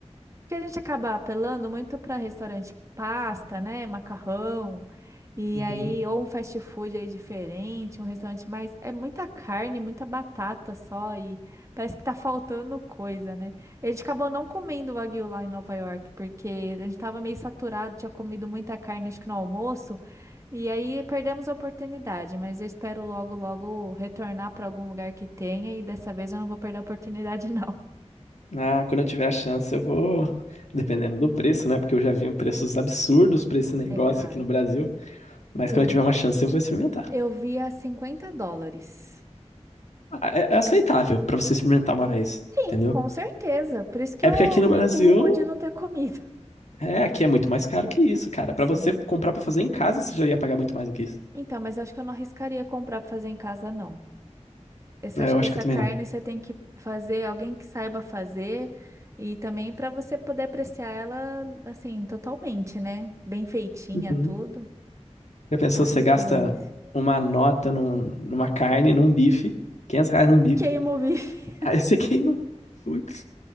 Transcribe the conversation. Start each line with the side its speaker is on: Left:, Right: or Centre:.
Right: que a gente acaba apelando muito para restaurante pasta, né, macarrão, e
Left: Uhum.
Right: aí ou um fast food aí diferente, um restaurante mais é muita carne, muita batata só e parece que tá faltando coisa, né? A gente acabou não comendo wagyu lá em Nova York porque a gente tava meio saturado, tinha comido muita carne acho que no almoço. E aí perdemos a oportunidade, mas eu espero logo, logo retornar para algum lugar que tenha e dessa vez eu não vou perder a oportunidade, <laughs> não.
Left: Ah, quando eu tiver a chance, eu vou. Dependendo do preço, né? Porque eu já vi preços absurdos pra esse negócio
Right: É caro.
Left: aqui no Brasil. Mas
Right: Eu
Left: quando eu tiver uma chance, eu vou experimentar.
Right: Eu vi a 50 dólares.
Left: Ah, É é aceitável pra você experimentar uma vez,
Right: Sim,
Left: entendeu?
Right: com certeza. Por isso que
Left: É
Right: eu
Left: porque aqui no
Right: me
Left: Brasil,
Right: culpo de não ter comido.
Left: é, aqui é muito mais caro que isso, cara. Pra
Right: Sim.
Left: você comprar pra fazer em casa, você já ia pagar muito mais do que isso.
Right: Então, mas acho que eu não arriscaria comprar para fazer em casa, não. Essa,
Left: É,
Right: acho
Left: eu
Right: que
Left: acho
Right: essa
Left: que eu também
Right: carne
Left: não.
Right: você tem que fazer, alguém que saiba fazer, e também para você poder apreciar ela, assim, totalmente, né? Bem feitinha,
Left: Uhum.
Right: tudo.
Left: Já pensou,
Right: A
Left: você
Right: suculência.
Left: gasta uma nota num- numa carne, num bife, 500 reais num bife,
Right: Queima o bife.
Left: aí você <laughs> queima. Putz,